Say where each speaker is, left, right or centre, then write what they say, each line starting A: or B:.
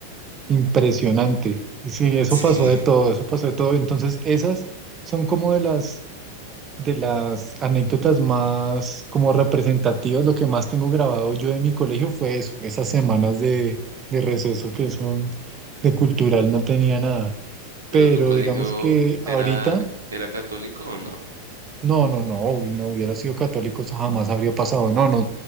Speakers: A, on the right; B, on the right.
A: impresionante. Y sí, eso
B: Sí.
A: pasó de todo, eso pasó de todo. Entonces, esas son como de las de las anécdotas más como representativas. Lo que más tengo grabado yo de mi colegio fue eso, esas semanas de, de receso que son de cultural, no tenía nada.
B: Pero
A: Pero
B: tu colegio
A: digamos que ahorita
B: era, era católico o no?
A: No, no, no, uy, no hubiera sido católico, eso jamás habría pasado. No, no,